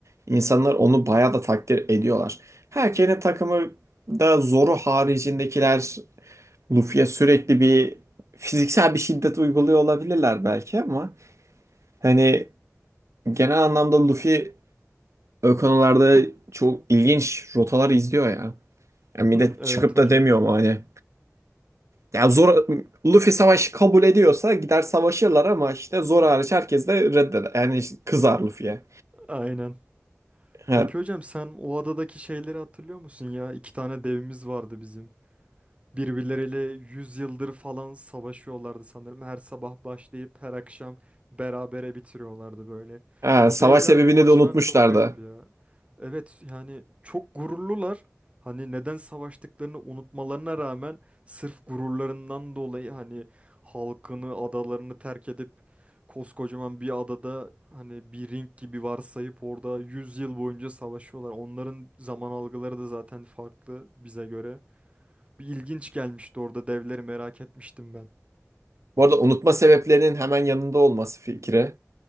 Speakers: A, on the right; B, on the right.
A: insanlar onu bayağı da takdir ediyorlar. Her takımı da zoru haricindekiler Luffy'ye sürekli bir fiziksel bir şiddet uyguluyor olabilirler belki ama hani genel anlamda Luffy o konularda çok ilginç rotalar izliyor ya. Yani millet
B: <laughs> Evet
A: çıkıp
B: hocam.
A: da demiyor mu hani Ya zor Luffy savaşı kabul ediyorsa gider savaşırlar ama işte zor hariç herkes de reddeder. Yani işte kızar Luffy'ye.
B: Aynen.
A: Ha,
B: Peki hocam sen o adadaki şeyleri hatırlıyor musun ya? İki tane devimiz vardı bizim. Birbirleriyle 100 yıldır falan savaşıyorlardı sanırım. Her sabah başlayıp her akşam berabere bitiriyorlardı böyle.
A: ha,
B: Bu
A: savaş
B: devler
A: sebebini
B: bu açıdan
A: de unutmuşlardı.
B: çok garip ya. Evet yani çok gururlular. Hani neden savaştıklarını unutmalarına rağmen sırf gururlarından dolayı hani halkını, adalarını terk edip koskocaman bir adada hani bir ring gibi varsayıp orada 100 yıl boyunca savaşıyorlar. Onların zaman algıları da zaten farklı bize göre. Bir ilginç gelmişti orada devleri merak etmiştim ben.
A: Bu arada unutma sebeplerinin hemen yanında olması fikri.